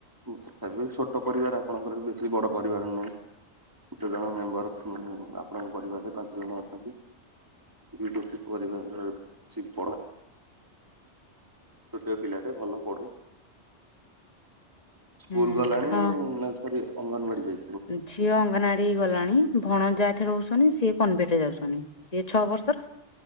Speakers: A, on the right; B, on the left.
A: ତଥାପି ଛୋଟ ପରିବାର ଆପଣଙ୍କର ବି ବେଶୀ ବଡ ପରିବାର ନୁହେଁ। କେତ ଜଣ ମେମ୍ବର ଆପଣଙ୍କ ପରିବାରରେ ପାଞ୍ଚ ଜଣ ଅଛନ୍ତି। <unintelligible> ଛୋଟ ପିଲାଟେ ଭଲ ପଢୁ। ସ୍କୁଲ
B: ହୁଁ।
A: ଗଲାଣି
B: ହଁ।
A: ନା ସରି ଅଙ୍ଗନବାଡି ଯାଇଛି।
B: ଝିଅ ଅଙ୍ଗନାଡି ଗଲାଣି ଭଣଜା ଏଠି ରହୁଛନ୍ତି ସିଏ କନଭଟେ ଯାଉଛନ୍ତି ସିଏ ଛଅ ବର୍ଷର।